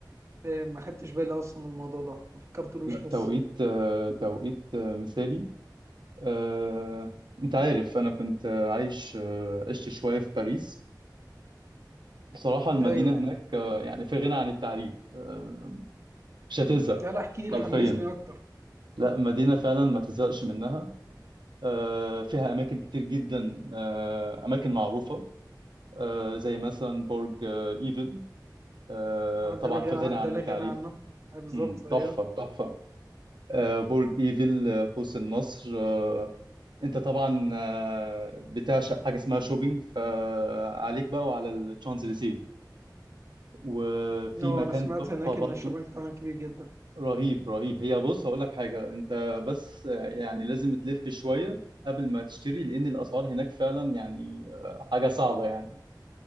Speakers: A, on the right; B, on the right.
A: فاهم، ما خدتش بالي اصلا من الموضوع ده ما فكرتلوش
B: لا
A: لسه
B: توقيت آه، توقيت آه، مثالي آه، انت عارف انا كنت آه، عايش آه، عشت شوية في باريس بصراحة المدينة
A: ايوه
B: هناك آه، يعني في غنى عن التعريف آه، مش هتزهق
A: لا لا احكي لي
B: حرفيا
A: حمسني اكتر
B: لا مدينة فعلا ما تزهقش منها آه، فيها أماكن كتير جدا آه، أماكن معروفة آه، زي مثلا برج آه، ايفل آه،
A: آه، ده
B: طبعا
A: لا غنى
B: في غنى
A: عن-
B: عن
A: ده لا
B: التعريف
A: غنى عنه آه، بالظبط
B: مم،
A: ايوه
B: تحفة تحفة آه، برج ايفل آه، قوس النصر آه، انت طبعا آه، بتعشق حاجة اسمها شوبينج فعليك بقى وعلى الشانزليزيه وفي
A: اه
B: مكان
A: انا سمعت
B: تحفة
A: هناك
B: برضو
A: ان الشوبينج فعلا كبير جدا
B: رهيب رهيب هي بص هقول لك حاجة انت بس آه، يعني لازم تلف شوية قبل ما تشتري لان الاسعار هناك فعلا يعني آه، حاجة صعبة يعني